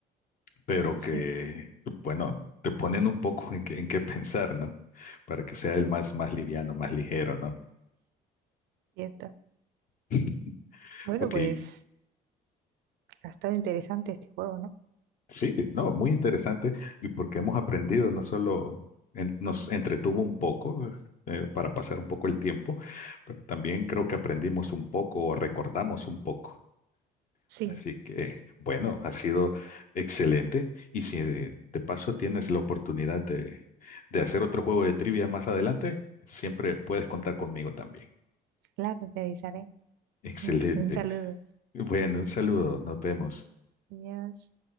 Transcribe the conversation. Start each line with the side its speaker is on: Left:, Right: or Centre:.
Left: pero
Right: Sí,
Left: que, bueno, te ponen un poco en qué, en qué pensar, ¿no? Para que sea el más, más liviano, más ligero, ¿no?
Right: cierto.
Left: <laughs>
Right: Bueno,
Left: Ok,
Right: pues Ha estado interesante este juego, ¿no?
Left: sí, no, muy interesante y porque hemos aprendido, no solo en- nos entretuvo un poco eh, para pasar un poco el tiempo, pero también creo que aprendimos un poco o recordamos un poco.
Right: Sí,
Left: Así que, bueno, ha sido excelente. Y si de paso tienes la oportunidad de, de hacer otro juego de trivia más adelante, siempre puedes contar conmigo también.
Right: claro, te avisaré.
Left: Excelente.
Right: Un un saludo.
Left: Bueno, un saludo. Nos vemos.
Right: Adiós.